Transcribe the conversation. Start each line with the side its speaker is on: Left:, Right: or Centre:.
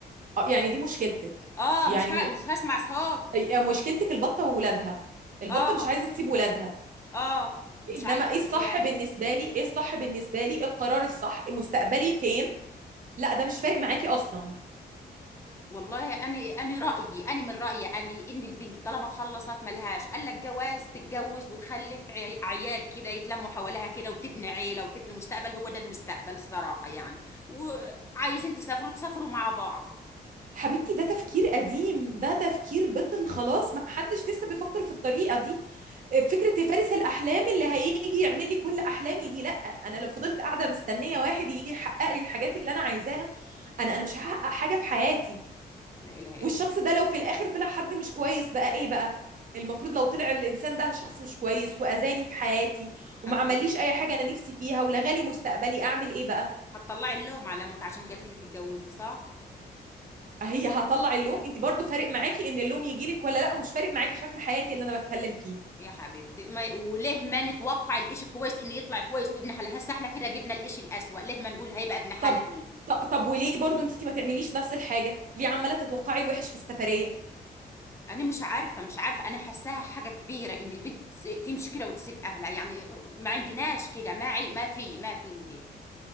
Right: آه، يعني دي مشكلتك
Left: اه
Right: يعني
Left: مش ه...
Right: م...
Left: مش هسمع صوتك
Right: آه، مشكلتك البطه وولادها البطه
Left: اه
Right: مش عايزه تسيب ولادها
Left: اه مش
Right: انما
Left: عايزه اسيبه
Right: ايه الصح
Left: لا
Right: بالنسبه لي ايه الصح بالنسبه لي إيه القرار الصح مستقبلي فين لا ده مش فارق معاكي اصلا
Left: والله انا انا رايي انا من رايي انا ان البنت طالما خلصت ملهاش قال لك جواز تتجوز وتخلف عي- عيال كده يتلموا حواليها كده وتبني عيله وتبني مستقبل هو ده المستقبل الصراحه يعني وعايزين تسافروا تسافروا مع بعض
Right: حبيبتي ده تفكير قديم ده تفكير بطل خلاص ما حدش لسه بيفكر في الطريقة دي
Left: مهم.
Right: فكرة فارس الأحلام اللي هيجي يعمل لي كل أحلامي دي لأ أنا لو فضلت قاعدة مستنية واحد يجي يحقق لي الحاجات اللي أنا عايزاها أنا أنا مش هحقق حاجة في حياتي
Left: لا اله الا
Right: والشخص
Left: الله
Right: ده لو في الآخر طلع حد مش كويس بقى إيه بقى المفروض لو طلع الانسان ده شخص مش كويس واذاني في حياتي وما
Left: هتطل...
Right: عمليش اي حاجه انا نفسي فيها ولغالي مستقبلي اعمل ايه بقى
Left: هتطلعي اللوم على امك عشان قالت لك اتجوزي صح
Right: هي هطلع اللوم انت برضو فارق معاكي ان اللوم يجي لك ولا لا ومش فارق معاكي شكل حياتي اللي انا بتكلم فيه
Left: يا حبيبتي ما... وليه ما نتوقع الإشي الكويس ان يطلع كويس وابن حلال هسه احنا كده جبنا الإشي الأسوأ ليه ما نقول هيبقى ابن حلال
Right: طب ط- طب وليه برضو انت ما تعمليش نفس الحاجه ليه عماله تتوقعي الوحش في السفريه
Left: انا مش عارفه مش عارفه انا حاساها حاجه كبيره ان البنت تس- تمشي كده وتسيب اهلها يعني ما عندناش كده ما عي... ما في ما في هيك